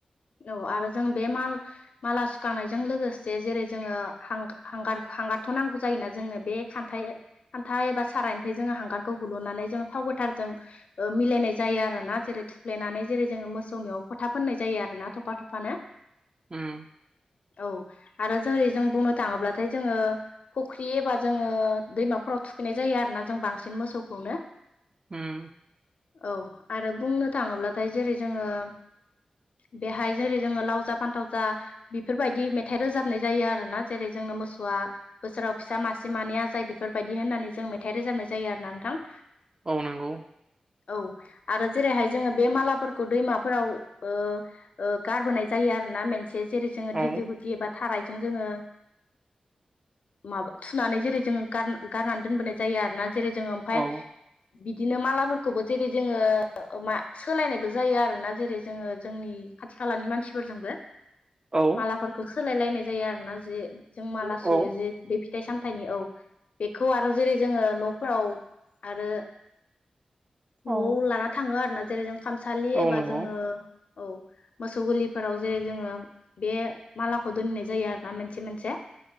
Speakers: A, on the left; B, on the right.
A: औ आरो जों बे माल माला सुखांनायजों लोगोसे जेरै जोङो हांगा-हांगार- हांगारथ' नांगौ जायोना जोंनो बे खान्थाइ हाथाय एबा सारायनिफ्राय जोङो हांगारखौ हुल'नानै जोङो थाव गोथारजों ओ मिलायनाय जायो आरो ना जेरै थुफ्लेनानै जेरै जोङो मोसौनियाव फोथा फोननाय जायो आरो ना थफा थफानो।
B: उम
A: औ आरो जेरै जों बुंनो थाङोब्लाथाय जोङो फुख्रि एबा जोङो दैमाफोराव थुखैनाय जायो आरो ना जों बांसिन मोसौखौनो।
B: उम
A: औ आरो बुंनो थाङोब्लाथाय जेरै जोङो बेहाय जेरै जोङो लावजा फान्थाव जा बेफोरबायदि मेथाइ रोजाबनाय जायो आरोना जेरै जोंनो मोसौआ बोसोराव फिसा मासे मानै जाय बेफोरबायदि होननानै। जों मेथाइ रोजाबनाय जायो आरोना नोंथां।
B: औ नंगौ
A: औ आरो जेरैहाय जोङो बे मालाफोरखौ दैमाफोराव ओ ओ गारबोनाय जायो आरो ना मोनसे जेरै जोङो
B: औ
A: दिग्लि गुदि बा थारायजों जोङो माबा थुनानै जेरै जोङो गार गारनानै दोनबोनाय जायो आरोना जेरै जोङो ओमफ्राय
B: औ
A: बिदिनो मालाफोरखौबो जेरै जोङो मा सोलायनायबो जायो आरोना जेरै जोङो जोंनि खाथि खालानि मानसिफोरजोंबो।
B: औ
A: मालाफोरखौ सोलाय लायनाय जायो आरो ना जे, जों माला
B: औ
A: सुयो जे बे फिथाइ सामथायाइनि औ खौ आरो जेरै जोंङो न'फ्राव आरो न'आव
B: औ
A: लाना थांङो आरो ना जेरै जों खामसालि
B: औ
A: एबा
B: नंगौ
A: जोंङो औ मोसौ गलिफोराव जेरै जोंङो बे मालाखौ दोननाय जायो आरो ना मोनसे मोनसे।